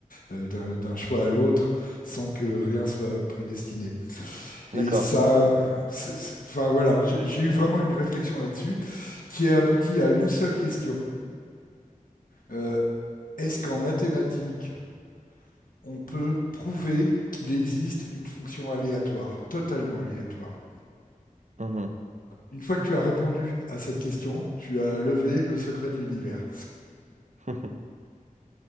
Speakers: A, on the left; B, on the right.
A: euh, d'un d'un choix à l'autre sans que rien soit prédestiné. Et
B: D'accord.
A: ça, c'est- c'est- enfin voilà, j'ai j'ai eu vraiment une réflexion là-dessus qui a abouti à une seule question. Euh, est-ce qu'en mathématiques, on peut prouver qu'il existe une fonction aléatoire, totalement aléatoire?
B: Mhm.
A: Une fois que tu as répondu à cette question, tu as levé le secret de l'univers.
B: <laughs>